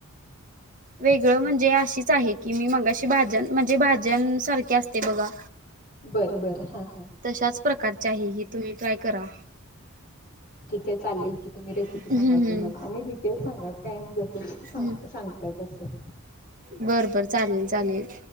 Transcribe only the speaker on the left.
<inaudible>
बरं बर हा.
ठीक आहे चालेल की तुम्ही रेसिपी
सांगा
की मला, आणि डिटेल् सांगा काय जसं सांगते,
सांगते